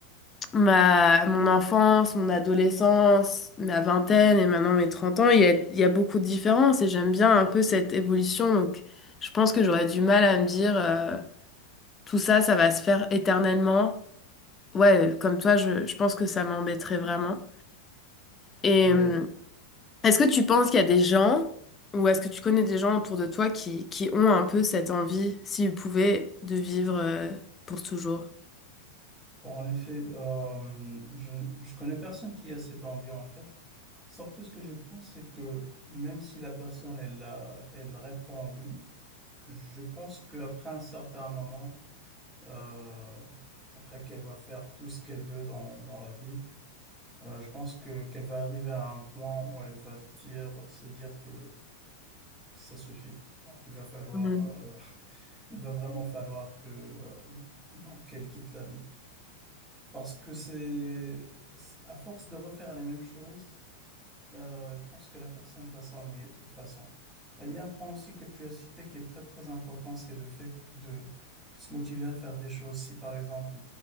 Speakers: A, on the left (about 20°); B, in the centre.
A: ma, mon enfance, mon adolescence, ma vingtaine et maintenant mes 30 ans, il y a, il y a beaucoup de différences et j'aime bien un peu cette évolution. Donc, je pense que j'aurais du mal à me dire euh, tout ça, ça va se faire éternellement. Ouais, comme toi, je, je pense que ça m'embêterait vraiment. Et
B: c'est vrai.
A: euh, est-ce que tu penses qu'il y a des gens ou est-ce que tu connais des gens autour de toi qui, qui ont un peu cette envie, s'ils pouvaient, de vivre euh, pour toujours?
B: Donc, En effet, euh, je, je connais personne qui a cette envie en fait. Sauf que ce que je pense, c'est que même si la personne elle, a- elle répond oui, je pense qu'après un certain moment, euh, après qu'elle va faire tout ce qu'elle veut dans, dans la vie, euh, je pense que qu'elle va arriver à un point où elle va dire, se dire que ça suffit. Donc il va falloir,
A: Mhm.
B: euh, <laughs> il va vraiment falloir que euh, donc, qu'elle quitte la vie. Parce que c'est, c'est- à force de refaire les mêmes choses, euh, je pense que la personne va s'ennuyer de toute façon. Et il y a un point aussi que tu as cité qui est très très important, c'est le fait de se motiver à faire des choses. Si par exemple,